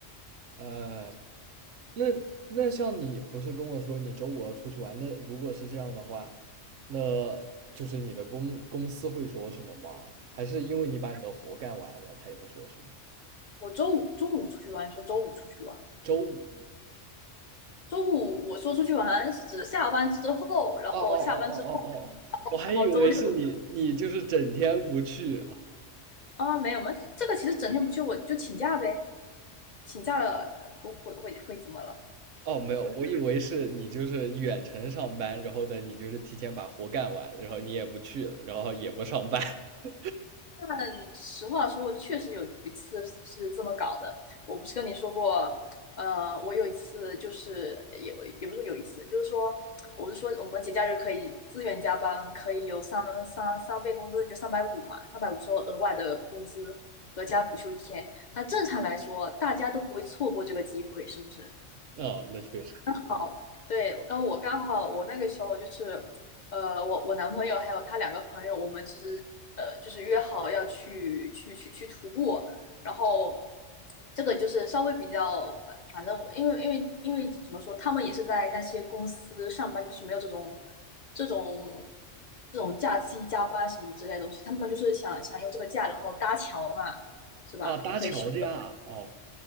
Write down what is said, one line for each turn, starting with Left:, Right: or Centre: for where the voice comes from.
Right: 呃，那那像你不是跟我说你周五要出去玩？那如果是这样的话，那就是你的公公司会说什么吗？还是因为你把你的活干完了，他也不说什么？
Left: 我周五中午出去玩，说周五出去玩。
Right: 周五？
Left: 周五我说出去玩是指下班之后，然后下班之后，
Right: 哦哦哦哦哦哦，我还以为是你，
Left: 然后周六
Right: 你就是整天不去啊。
Left: 啊没有吗？这个其实整天不去我就请假呗，请假了会会会会怎么了？
Right: 哦，没有，我以为是你就是远程上班，然后呢，你就是提前把活干完，然后你也不去，然后也不上班。<laughs>
Left: 但实话说，确实有一次是是这么搞的。我不是跟你说过，呃，我有一次就是有，也不是说有一次，就是说，我是说我们节假日可以自愿加班，可以有三三三倍工资，就三百五嘛，三百五是额外的工资，和加补休一天。那正常来说，大家都不会错过这个机会，是不是？
Right: 哦，那确实。
Left: 好，对，然后我刚好我那个时候就是，呃，我我男朋友还有他两个朋友，我们其实呃就是约好要去去去去徒步，然后这个就是稍微比较反反正因为因为因为怎么说，他们也是在那些公司上班，就是没有这种这种这种假期加班什么之类的东西，他们就是想想用这个假然后搭桥嘛，是吧？
Right: 啊，搭桥的呀，
Left: 就可以休。
Right: 哦，